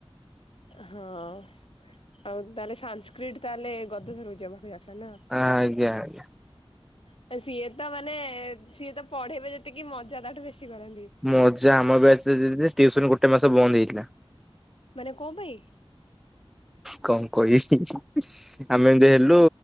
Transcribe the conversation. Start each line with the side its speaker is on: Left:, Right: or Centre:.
Left: ହଁ ଆଉ ତାହେଲେ ସାସ୍କିଡ଼ ତାହେଲେ <inaudible> ନା
Centre: ଆଜ୍ଞା ଆଜ୍ଞା।
Left: ଅ, ସିଏ ତ ମାନେ ସିଏ ତ ପଢେଇବେ ଯେତିକି ମଜା ତାଠୁ ବେଶୀ କରନ୍ତି।
Centre: ମଜା ଆମ ବ୍ୟାଚରେ <unintelligible> ଟୁଇସନ ଗୋଟେ ମାସ ବନ୍ଦ ହେଇଥିଲା।
Left: ମାନେ କଣ ପାଇଁ?
Centre: କଣ କହିବି, ଆମେ ଏମିତି ହେଲୁ